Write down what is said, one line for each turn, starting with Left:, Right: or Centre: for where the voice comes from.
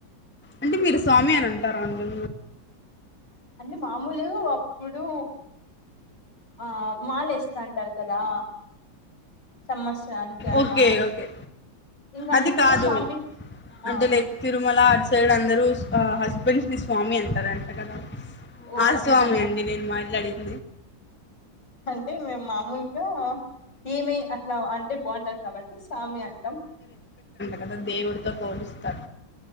Centre: అంటే మీరు స్వామి అని అంటారా అను
Left: అంటే మామూలు అప్పుడు ఆ మాలేస్తఅంటారు కదా సంవత్సరానికి అట్లా
Centre: ఓకే ఓకే
Left: ఇంకా
Centre: అది
Left: అందుకు
Centre: కాదు
Left: స్వామి
Centre: అంటే
Left: ఆ
Centre: లైక్ తిరుమల అటు సైడ్ అందరు ఆ హస్బెండ్ ని స్వామి అంటారు అంట కదా
Left: ఓ
Centre: ఆ
Left: అట్లానా
Centre: స్వామి అండి నేను మాట్లాడి ఆ
Left: అంటె మేము మామూలుగా ఏమి అట్లా అంటే బాగుండదు కాబట్టి సామి అంటాం
Centre: కదా దేవుడితో త